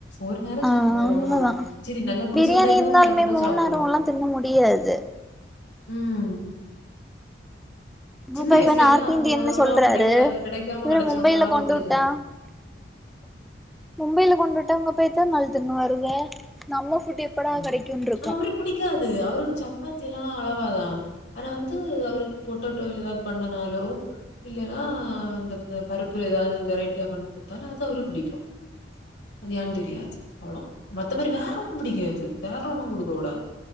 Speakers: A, on the left (about 75°); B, in the centre.
A: ஒரு நேரொ
B: ஆ
A: சாப்டுவோ
B: உண்மதா
A: அவ்ளவுதான் செரி நல்லா புடிச்சிருந்தா
B: பிரியாணி
A: இன்னொரு
B: இருந்தாலுமே
A: டைம் கூட
B: மூணு
A: சாப்டுவோ
B: நேரோல்லா தின்ன முடியாது <unintelligible>
A: ம் சின்ன
B: அப்பா
A: வயசுலனா
B: இப்ப நார்த்
A: அது
B: இந்தியன்னு
A: அது அவ்ளவா
B: சொல்றாரு
A: கெடைக்காது கெடைக்காம
B: இவுரு
A: கெடச்சோனே
B: மும்பையில
A: ஆர்வத்துல
B: கொண்டு வுட்டா
A: சாப்
B: மும்பையில கொண்டு விட்டா உங்க அப்பா எத்தன் நாள் தின்னுவாரு இத நம்ம ஃபுட் எப்படா
A: ம்
B: கெடைக்குன்னு இருக்கு
A: அவரு பிடிக்காது அவருக்கு சப்பாத்தி எல்லா அளவாதான் ஆனா வந்து து அவருக்கு பொட்டேட்டோல ஏதாவ்து பண்ணனாலோ இல்லைன்னா இந்த பருப்புல ஏதாவ்து வெரைட்டியா பண்ண கொடுத்தாலு அது அவரு புடிக்கூ அது ஏன்னு தெரியாது அவ்ளோ மத்த மாரி வேற ஒன்னும் பிடிக்காது து வேற ஒண்ணு குடுக்க கூடாது